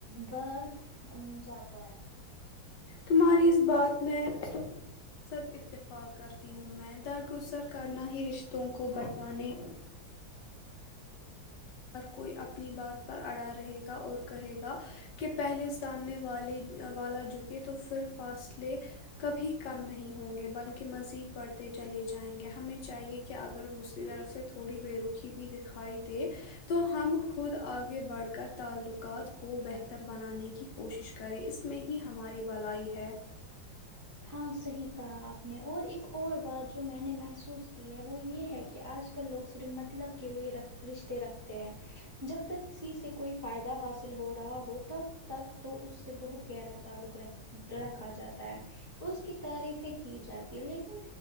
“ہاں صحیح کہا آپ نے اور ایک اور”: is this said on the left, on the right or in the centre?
Right